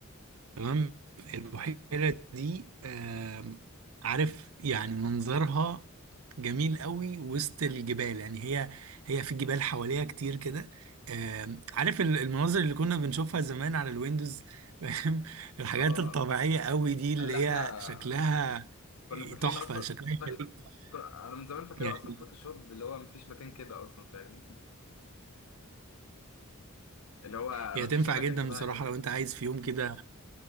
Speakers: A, on the right; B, on the left.
A: تمام البحيره دي آم، عارف يعني منظرها جميل قوي وسط الجبال يعني هي هي في جبال حواليها كتير كده آم، عارف ال- المناظر اللي كنا بنشوفها زمان على الويندوز فاهم <laughs> الحاجات
B: اه
A: الطبيعيه قوي دي اللي
B: اللي احنا
A: هي شكلها
B: كنا فاكرين
A: تحفه
B: اصلا
A: شكلها
B: فاكر
A: يخليك-
B: انا من زمان فاكرها
A: يعني
B: اصلا فوتوشوب اللي هو مفيش مكان كده اصلا فاهمني <laughs> اللي هو
A: هي
B: مفيش
A: تنفع
B: اماكن
A: جدا
B: شبهها
A: بصراحه
B: كده فاهمني
A: لو انت عايز في يوم كده